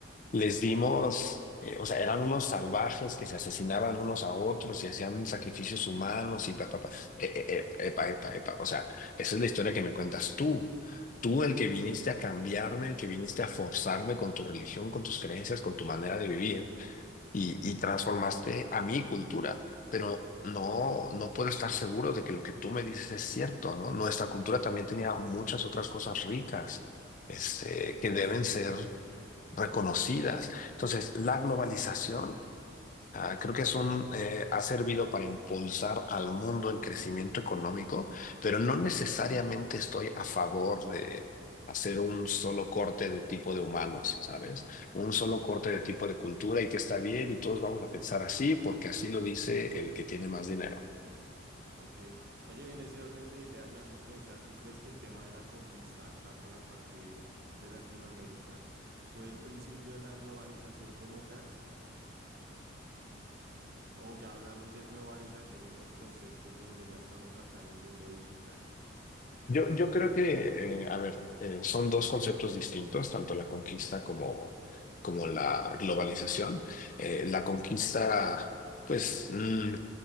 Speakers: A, on the left (about 40°); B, on the right (about 50°).
A: les
B: Sí,
A: dimos, eh, o sea, eran unos salvajes que se asesinaban unos a otros y hacían sacrificios humanos y pa, pa, pa. Eh, eh, eh, epa, epa, epa. O sea, esa es la historia que me cuentas tú. Tú, el que viniste a cambiarme, el que viniste a forzarme con tu religión, con tus creencias, con tu manera de vivir y, y transformaste a mi cultura. Pero no, no puedo estar seguro de que lo que tú me dices es cierto, ¿no? Nuestra cultura también tenía muchas otras cosas ricas, este, que deben
B: correcto.
A: ser reconocidas. Entonces, la globalización,
B: Eso.
A: ah, creo que es un, eh, ha servido para impulsar al mundo en crecimiento económico, pero no necesariamente estoy a favor de hacer un solo corte de tipo de humanos, ¿sabes? Un solo corte de tipo de cultura y que está bien y todos vamos a
B: Mm,
A: pensar así porque así lo dice el que tiene más dinero.
B: ok. Oye, en ese orden de ideas me haces pensar, ¿tú crees que el tema de la conquista acá por la parte de, de Latinoamérica fue el principio de la globalización como tal? ¿O ya hablamos de globalización en los conceptos donde ya estamos acá en el mundo digital?
A: Yo, yo creo que, eh, a ver, eh, son dos conceptos distintos, tanto la conquista como, como la globalización. Eh, la conquista, pues, mm,